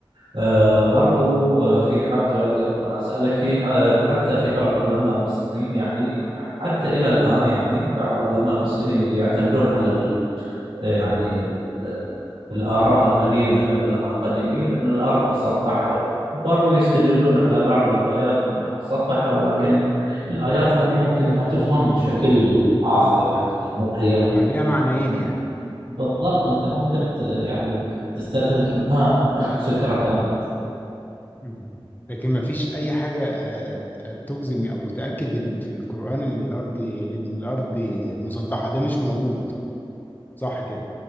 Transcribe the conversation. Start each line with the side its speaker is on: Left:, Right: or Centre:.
Right: آه، برضو آه، في حاجة قبل ما أسألك في ح- حتى في بعض علماء المسلمين يعني ح- حتى إلى الآن يعني بعض علماء المسلمين اللي يعتمدون على ال- يعني ال- الآراء القديمة لعلماء قديمين أن الأرض مسطحة برضو يستدلون على بعض الآيات أنها مسطحة ولكن الآيات هذه ممكن أنها تفهم بشكل آخر يعني هي م- هي م-
Left: آه، ليها معنيين يعني
Right: بالضبط أنت ممكن ت- يعني تستنتج منها <laughs> فكرة ثانية
Left: مم. لكن ما فيش اي حاجه آه، آه، تجزم او تاكد ان في القران ان الارض إن الارض مسطحه ده مش موجود صح كده